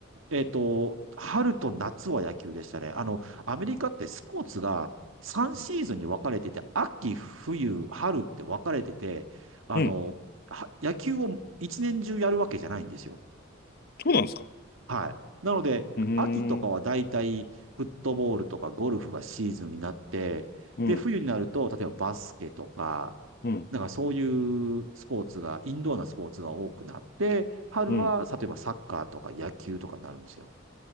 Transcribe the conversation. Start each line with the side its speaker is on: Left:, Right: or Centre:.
Right: えっと、春と夏は野球でしたね。あの、アメリカってスポーツが3シーズンに分かれてて、
Left: うん。
Right: 秋、冬、春って分かれてて、あの、
Left: うん
Right: は野球を一年中やるわけじゃないんですよ。
Left: そうなんですか。
Right: はい。なので、
Left: うー
Right: 秋とかはだいたいフットボールとかゴルフがシーズンになって、
Left: ん、うん、
Right: で、冬になると、例えばバスケとか、
Left: うん、
Right: なんかそういうスポーツが、インドアなスポーツが多くなって、春は、
Left: うん。
Right: 例えばサッカーとか野球とかになるんですよ。